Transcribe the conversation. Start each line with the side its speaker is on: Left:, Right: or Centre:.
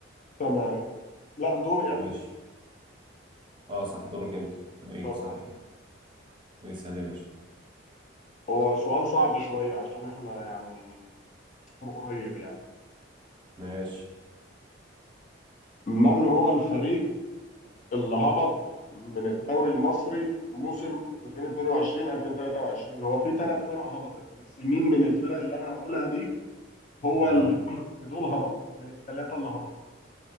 Left: تمام لا دوري
Right: ماشي
Left: انا
Right: اه صح دورك انت ايوه
Left: تمام
Right: صح كده اسأل يا باشا
Left: هو سؤال صعب شوية عشان احنا يعني فور قريب يعني
Right: ماشي
Left: من هو الفريق اللي هبط من الدوري المصري موسم 2022 2023 هو في ثلاث فرق هبطت بس مين من الفرق اللي انا هقولها دي هو
Right: اه
Left: اللي في دول هبط من الثلاثة اللي هبطوا